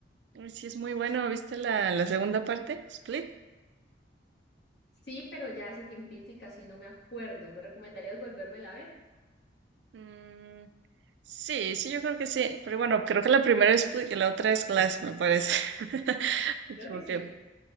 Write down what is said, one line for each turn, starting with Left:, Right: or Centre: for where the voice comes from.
Right: Uy, sí, es muy bueno. ¿Viste la, la segunda parte? ¿Split?
Left: Sí, pero ya hace tiempito y casi no me acuerdo. ¿Me recomendarías volvérmela a ver?
Right: Mm, sí, sí, yo creo que sí. Pero bueno, creo que la primera es Split y la otra es Glass, me parece. <laughs> Me
Left: Creo
Right: equivoqué.
Left: que sí.